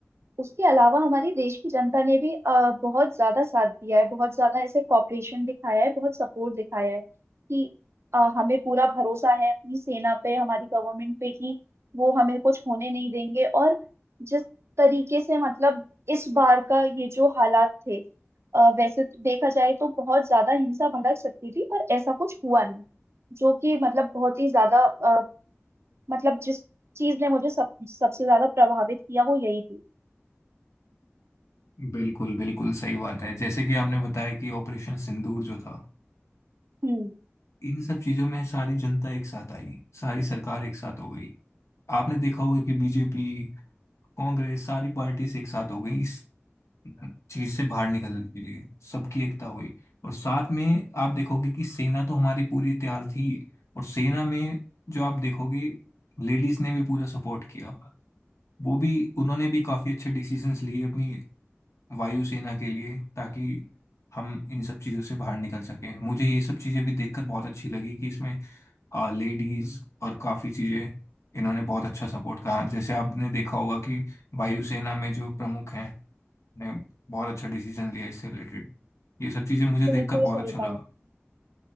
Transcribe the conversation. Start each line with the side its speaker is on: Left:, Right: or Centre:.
Right: उसके अलावा हमारे देश की जनता ने भी अ, बहुत ज्यादा साथ दिया है बहुत ज्यादा ऐसे कॉपरेशन दिखाया है बहुत सपोर्ट दिखाया है कि अ, हमें पूरा भरोसा है अपनी सेना पे हमारी गवर्नमेंट पे कि वो हमें कुछ होने नहीं देंगे और जिस तरीके से मतलब इस बार का ये जो हालात थे अ, वैसे तो देखा जाए तो बहुत ज्यादा हिंसा भड़क सकती थी पर ऐसा कुछ हुआ नहीं जो कि मतलब बहुत ही ज्यादा अ, मतलब जिस चीज ने मुझे सब सबसे ज्यादा प्रभावित किया वो यही थी
Left: बिल्कुल बिल्कुल सही बात है जैसे कि आपने बताया कि ऑपरेशन सिंदूर जो था
Right: हम्म
Left: इन सब चीजों में सारी जनता एक साथ आई सारी सरकार एक साथ हो गई आपने देखा होगा कि बीजेपी कांग्रेस सारी पार्टीज एक साथ हो गई इस चीज से बाहर निकलने के लिए सबकी एकता हुई और साथ में आप देखोगे कि सेना तो हमारी पूरी तैयार थी और सेना में जो आप देखोगे लेडीज ने भी पूरा सपोर्ट किया वो भी उन्होंने भी काफी अच्छे डिसीजंस लिए अपनी वायुसेना के लिए ताकि हम इन सब चीजों से बाहर निकल सकें मुझे ये सब चीजें भी देखकर बहुत अच्छी लगी कि इसमें लेडीज और काफी चीजें इन्होंने बहुत अच्छा सपोर्ट कहा जैसे आपने देखा होगा कि वायुसेना में जो प्रमुख हैं ने बहुत अच्छा डिसीजन लिया इससे रिलेटेड ये सब चीज़ें मुझे
Right: बिल्कुल
Left: देखकर बहुत
Right: सही
Left: अच्छा लगा
Right: कहा आपने।